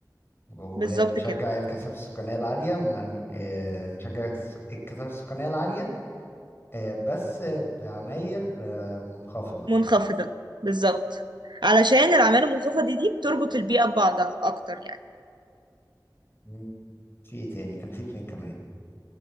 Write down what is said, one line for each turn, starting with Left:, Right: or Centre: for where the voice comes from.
Left: ونشجع
Right: بالظبط كده
Left: الكثافة السكانية العالية من آه، نشجع الس- الكثافة السكانية العالية آه، بس بعماير آه، منخفضة
Right: منخفضة بالظبط علشان الأعمال المنخفضة دي دي بتربط البيئة ببعضها أكتر يعني
Left: م، في ايه تاني كان في اتنين كمان